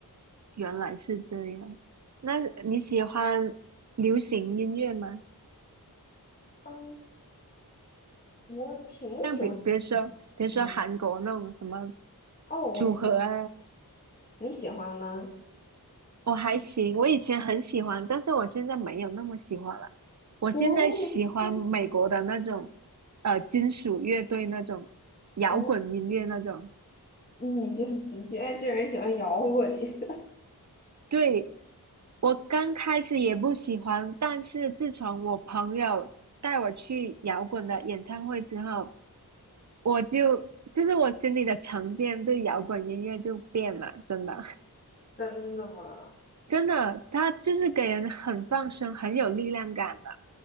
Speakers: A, on the right; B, on the left.
A: 原来是这样。那你喜欢流行音乐吗？
B: 嗯，我挺喜欢音
A: 像比比如说，比如说韩国那种什么
B: 乐的。哦，我喜，
A: 组合啊，
B: 你喜欢吗？
A: 我还行，我以前很喜欢，但是我现在没有那么喜欢了。我现在喜欢美国的那种，
B: 我也是。
A: 呃，金属乐队那种，摇滚音乐那种。
B: 哦，你觉得你现在居然喜欢摇滚乐？
A: 对，我刚开始也不喜欢，但是自从我朋友带我去摇滚的演唱会之后，我就就是我心里的成见对摇滚音乐就变了，真的，
B: <laughs> 真的吗？
A: <laughs> 真的，它就是给人很放松、很有力量感的。